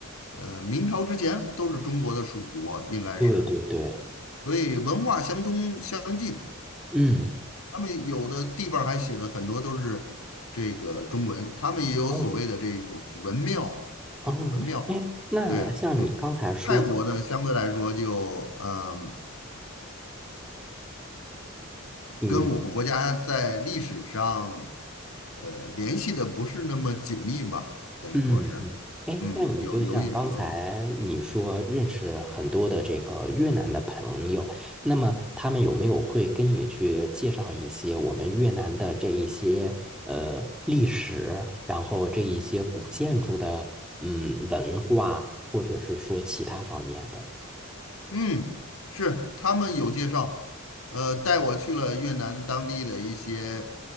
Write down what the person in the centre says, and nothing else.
对对对，
嗯
嗯
嗯，哎，那像你刚才说，
嗯
嗯嗯，哎，
那你就像刚才你说认识很多的这个越南的朋友，
那么他们有没有会跟你去介绍一些我们越南的这一些呃历史，然后这一些古建筑的嗯文化，或者是说其他方面的？